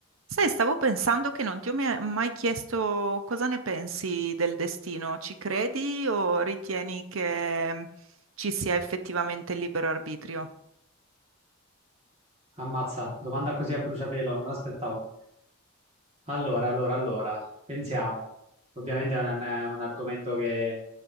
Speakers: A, on the right (about 80°); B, on the right (about 35°).
A: Sai, stavo pensando che non ti ho mai mai chiesto cosa ne pensi del destino. Ci credi o ritieni che mm, ci sia effettivamente il libero arbitrio?
B: Ammazza, domanda così a bruciapelo, non me l'aspettavo. Allora, allora, allora, pensiamo. Ovviamente è un, è un argomento che